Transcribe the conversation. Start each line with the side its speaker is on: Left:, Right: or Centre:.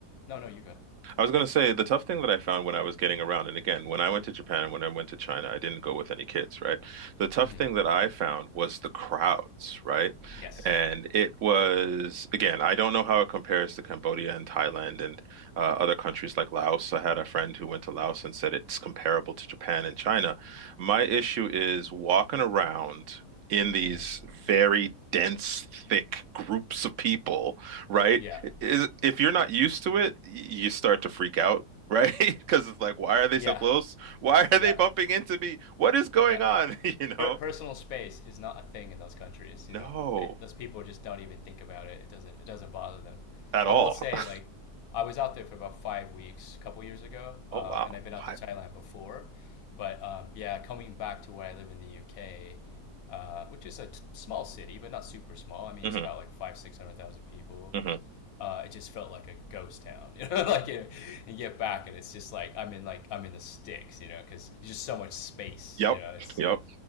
Left: No, no, you good.
Right: I was going to say the tough thing that I found when I was getting around, and again, when I went to Japan and when I went to China, I didn't go with any kids, right? The tough
Left: hmm
Right: thing that I found was the crowds, right?
Left: Yes.
Right: And it was, again, I don't know how it compares to Cambodia and Thailand and uh, other countries like Laos. I had a friend who went to Laos and said it's comparable to Japan and China. My issue is walking around in these
Left: hmm
Right: very dense, thick groups of people right?
Left: Yeah.
Right: Is if you're not used to it, y- you start to freak out, right? <laughs> Because it's like, why are they
Left: Yeah.
Right: so close? Why are
Left: Yeah.
Right: they bumping into me? What is going
Left: Yeah.
Right: on? <laughs> You
Left: Per-
Right: know?
Left: personal space is not a thing in those countries.
Right: No,
Left: You know, they, those people just don't even think about it. It doesn't. It doesn't bother them.
Right: at
Left: I
Right: all.
Left: will say,
Right: <laughs>
Left: like, I was out there for about five weeks a couple years ago, um,
Right: Oh wow,
Left: and I've been out
Right: 5
Left: to Thailand before. But um, yeah, coming back to where I live in the UK, uh, which is a t- small city, but not super small. I mean,
Right: Mm-hmm,
Left: it's about like five, six hundred thousand people.
Right: mm-hmm.
Left: uh, it just felt like a ghost town. You know, <laughs> like you, you get back and it's just like I'm in like I'm in the sticks. You know, because there's just so much space.
Right: Yep,
Left: You know, it's
Right: yep,
Left: uh,